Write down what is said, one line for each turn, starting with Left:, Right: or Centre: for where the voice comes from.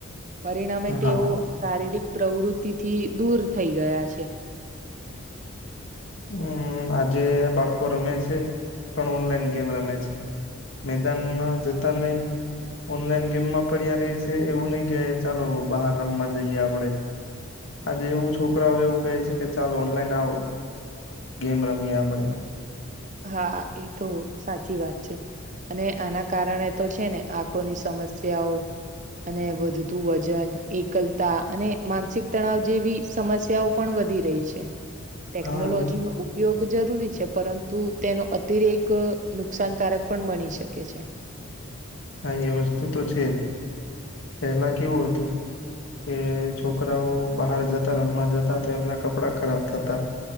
Right: પરિણામે તેઓ
Left: હા
Right: શારીરિક પ્રવૃતિથી દૂર થઈ ગયા છે.
Left: હમ આજે આ બાળકો રમે છે પણ ઓનલાઈન ગેમ રમે છે. મેદાનમાં જતા નહી ઓનલાઈન ગેમમાં પડ્યા ર છે એવું નહી કે ચાલો બહાર રમવા જઈએ આપણે આજે એવું છોકરાઓ એવું કહે છે કે ચાલો ઓનલાઈન આવો ગેમ રમીએ આપડે
Right: હા એ તો સાચી વાત છે. અને આના કારણે તો છે ને આંખોની સમસ્યાઓ અને વધતું વજન એકલતા અને માનસિક તણાવ જેવી સમસ્યા તેવ પણ વધી રહી છે ટેકનોલોજીનો
Left: હા એ
Right: ઉપયોગ જરૂરી છે પરંતુ તું તેનો અતિરેક અ નુકસાનકારક પણ બની શકે છે.
Left: હા એ વસ્તુ તો છે જ પેલા કેવું હતું કે છોકરાઓ બહાર જતા રમવા જતા તો એમના કપડા ખરાબ થતા